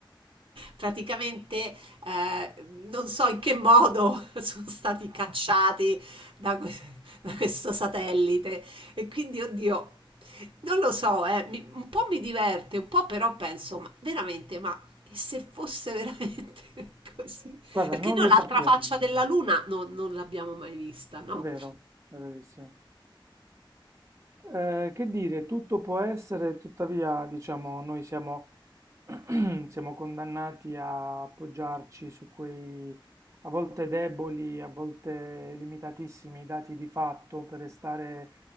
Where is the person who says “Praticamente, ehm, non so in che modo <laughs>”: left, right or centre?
Right